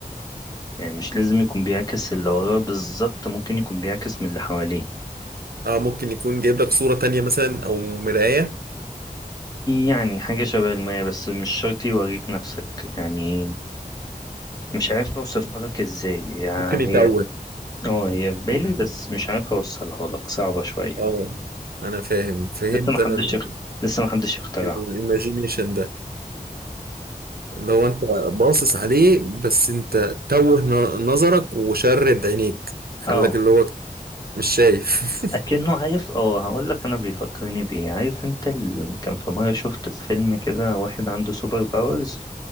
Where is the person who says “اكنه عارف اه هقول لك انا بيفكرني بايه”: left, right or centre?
Left